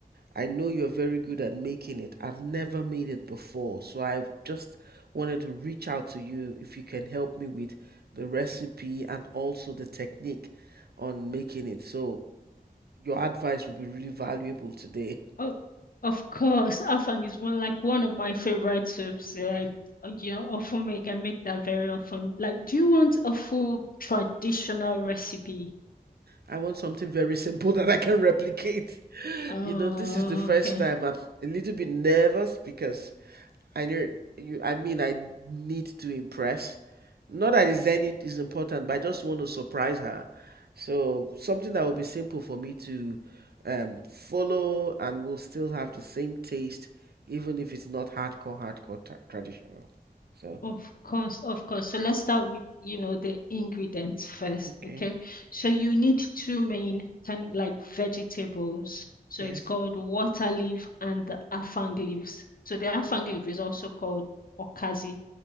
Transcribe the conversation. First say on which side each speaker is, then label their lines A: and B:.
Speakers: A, on the right; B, on the left.
A: I know you're very good at making it. I've never made it before. So I just wanted to reach out to you if you can help me with the recipe and also the technique on making it. So your advice would be really valuable today.
B: Oh, of course. Afang is one like one of my favorite soups. Yeah,
A: Yeah.
B: I, uh, you know, often make I make that very often. Like, do you want a full traditional recipe?
A: I want something very simple <laughs> that I can replicate. <laughs>
B: Oh,
A: You know, this is the first
B: okay.
A: time I'm a little bit nervous because I know you. I mean, I need to impress. Not that is any is important, but I just want to surprise her. So something that will be simple for me to um, follow, and will still have the same taste, even if it's not hardcore, hardcore tra- traditional. So
B: Of course, of course. So let's start with, you know, the ingredients first,
A: okay,
B: okay? So you need two main kind like vegetables. So
A: yes,
B: it's called water leaf and the afang leaves. So the afang leaf is also called okazi.